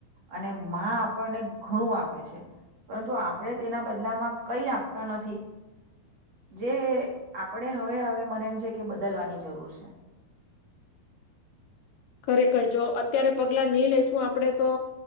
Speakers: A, on the right; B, on the left.
A: અને માં આપણને ઘણું આપે છે, પરંતુ આપણે તેના બદલામાં કઈ આપતા નથી. જે આપણે હવે-હવે મને એમ છે કે બદલવાની જરૂર છે.
B: ખરેખર. જો અત્યારે પગલા નહી લેેશું આપણે તો,